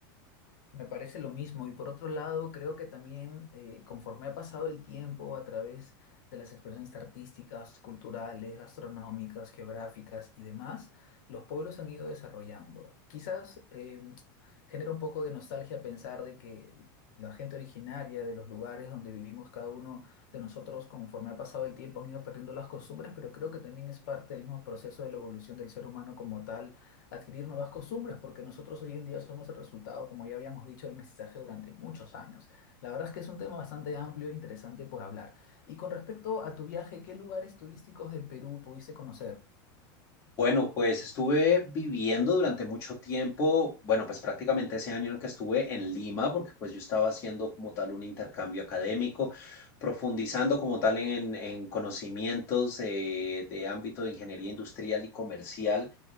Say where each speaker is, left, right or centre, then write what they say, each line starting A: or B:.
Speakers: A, on the left (about 55°); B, on the left (about 20°).
A: Me parece lo mismo y por otro lado creo que también eh, conforme ha pasado el tiempo a través de las expresiones artísticas, culturales, gastronómicas, geográficas y demás, los pueblos han ido desarrollando. Quizás em, genera un poco de nostalgia pensar de que la gente originaria de los lugares donde vivimos cada uno de nosotros conforme ha pasado el tiempo han ido perdiendo las costumbres, pero creo que también es parte del mismo proceso de la evolución del ser humano como tal adquirir nuevas costumbres, porque nosotros hoy en día somos el resultado, como ya habíamos dicho, del mestizaje durante muchos años. La verdad es que es un tema bastante amplio e interesante por hablar. Y con respecto a tu viaje, ¿qué lugares turísticos del Perú pudiste conocer?
B: Bueno, pues estuve viviendo durante mucho tiempo, bueno, pues prácticamente ese año en que estuve en Lima, porque pues yo estaba haciendo como tal un intercambio académico, profundizando como tal en, en conocimientos eh, de ámbito de ingeniería industrial y comercial